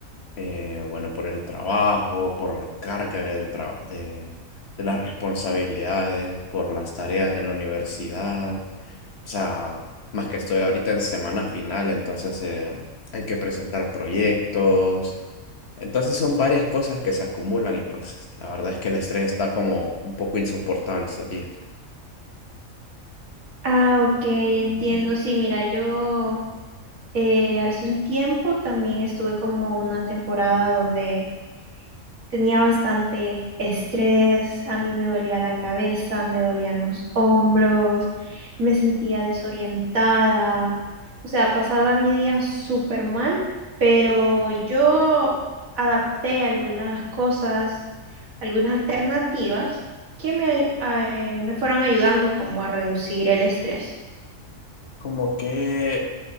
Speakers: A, on the left (about 55°); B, on the right (about 80°).
A: eh, bueno, por el trabajo, por la carga del tra- de, de las responsabilidades, por las tareas de la universidad, o sea, más que estoy ahorita en semana final, entonces eh, hay que presentar proyectos Entonces son varias cosas que se acumulan y pues la verdad es que el estrés está como un poco insoportable estos días.
B: Ah, ok, entiendo. Sí, mira, yo eh, hace un tiempo también estuve como una temporada donde Tenía bastante estrés, a mí me dolía la cabeza, me dolían los hombros, me sentía desorientada, o sea, pasaba mi día súper mal, pero yo adapté algunas cosas, algunas alternativas que me, eh, me fueron ayudando como a reducir el estrés.
A: Como que,